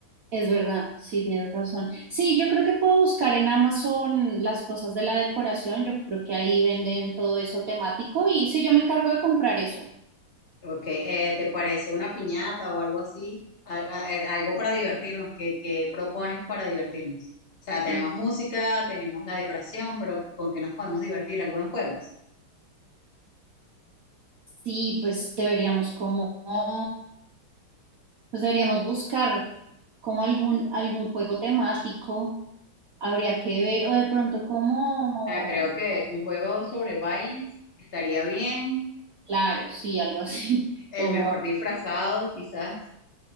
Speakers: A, on the right; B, on the left.
A: Es verdad, sí, tienes razón. Sí, yo creo que puedo buscar en Amazon las cosas de la decoración. Yo creo que ahí venden todo eso temático y sí, yo me encargo de comprar eso.
B: Okay, eh, ¿te parece una piñata o algo así? A- a- eh, algo para divertirnos. ¿Qué, qué propones para divertirnos? O sea, tenemos
A: Mm,
B: música, tenemos la decoración, pero ¿con qué nos podemos divertir? ¿Algunos juegos?
A: Sí, pues deberíamos como, pues deberíamos buscar como algún, algún juego temático. Habría que ver, o de pronto como,
B: sea, creo que un juego sobre bailes estaría bien.
A: claro, sí, algo así,
B: El
A: <laughs> como
B: mejor disfrazado, quizás.